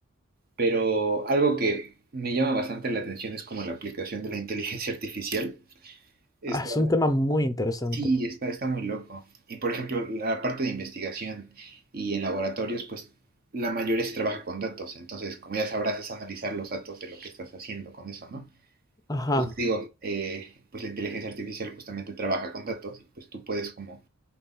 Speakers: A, on the right (about 45°); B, on the left (about 15°).
A: pero algo que me llama bastante la atención es como la aplicación de la inteligencia artificial. Está,
B: Ah, es un tema muy interesante.
A: sí, está, está muy loco. Y por ejemplo, la parte de investigación y en laboratorios, pues la mayoría se trabaja con datos. Entonces, como ya sabrás, es analizar los datos de lo que estás haciendo con eso, ¿no?
B: Ajá,
A: Entonces digo, eh, pues la inteligencia artificial justamente trabaja con datos y pues tú puedes como